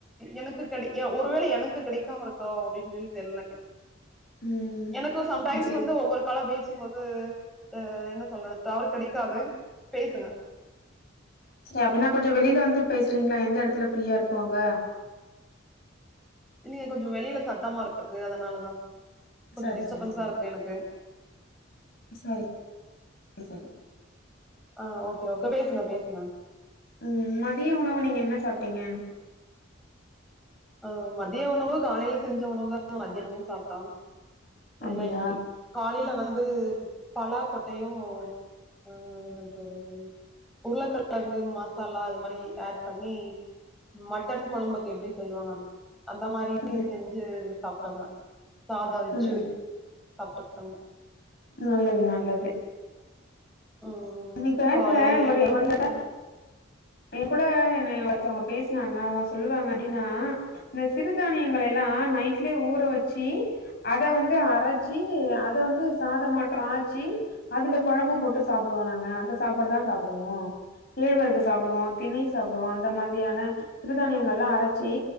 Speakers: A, in the centre; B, on the left.
A: எனக்கு கட ஒருவேள எனக்கு கெடைக்காம இருக்கா அப்டின் சொல்லி தெர்ல
B: ம்
A: எனக்கு சம்டைம்ஸ்
B: சரி
A: வந்து ஒவ்வொரு கால பேசுபோது ஆ என்ன சொல்றது டவரு கெடைக்காது பேசுங்க
B: சரி அப்டின்னா கொஞ்சோ வெளில வந்து பேசுறீங்ளா எந்த இடத்துல ஃப்ரீயா இருக்கோ அங்க
A: இல்லயே கொஞ்சோ வெளில சத்தமா இருக்கு அதனாலதா கொஞ்சோ
B: சரி
A: டிஸ்டபன்ஸா
B: சரி சரி
A: இருக்கு எனக்கு
B: சரி சரி
A: ஆ ஓகே ஓகே ட பேசுங்க பேசுங்க
B: ம் மதிய உணவு நீங்க என்ன சாப்டீங்க
A: ஓ மதிய உணவு காலைல செஞ்ச உணவுதா மதியானமு சாப்ட்டோ
B: அப்டியா
A: ஏனா இன்னைக்கு காலைல வந்து பலா கொட்டையு அ வந்து உருளக்கிழங்கு மசாலா அது மாரி ஆட் பண்ணி மட்டன் குழம்புக்கு எப்டி செய்வாங்க அந்த மாரி
B: ம்
A: செஞ்சு சாப்ட்டாங்க சாதோ வச்சு
B: ம்
A: சாப்பட்டுக்கிட்டோங்
B: நல்லது நல்லது
A: ம்
B: நீ பேசுற
A: காலையில லேட்
B: ஒரு
A: ஆயிடுச்சு
B: ஒரு தட என் கூட என்னய ஒருத்தவங்க பேசுனாங்க அவுங்க சொல்லுவாங்க எப்டின்னா இந்த சிறுதானியங்களை எல்லா நைட்லயே ஊற வச்சீ அத வந்து அரச்சி அத வந்து சாத மாட்டோ ஆச்சி அதுல கொழம்பு போட்டு சாப்டுவோ நாங்க அந்த சாப்பாடு தா சாப்பிடுவோ கேழ்வரகு சாப்பிடுவோ திணை சாப்டுவோ அந்த மாதிரியான சிறுதானியங்கல்லா அரச்சி